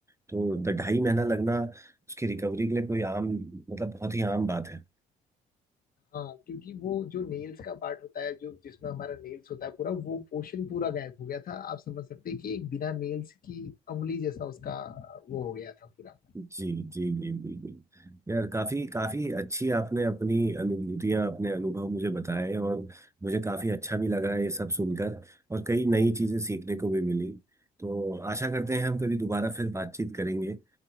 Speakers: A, on the right (about 15°); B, on the left (about 55°).
A: तो द- ढाई महीना लगना उसकी रिकवरी के लिए कोई आम मतलब बहुत ही आम बात है
B: हाँ क्योंकि वो जो नेल्स का पार्ट होता है जो जिसमें हमारा नेल्स होता है पूरा वो पोर्शन पूरा गायब हो गया था आप समझ सकते हैं कि एक बिना नेल्स की उंगली जैसा उसका वो हो गया था पूरा
A: जी जी जी बिल्कुल यार काफ़ी काफ़ी अच्छी आपने अपनी अनुभूतियाँ अपने अनुभव मुझे बताए और मुझे काफ़ी अच्छा भी लगा ये सब सुनकर और कई नई चीज़ें सीखने को भी मिली तो आशा करते हैं हम कभी दोबारा फिर बातचीत करेंगे अ,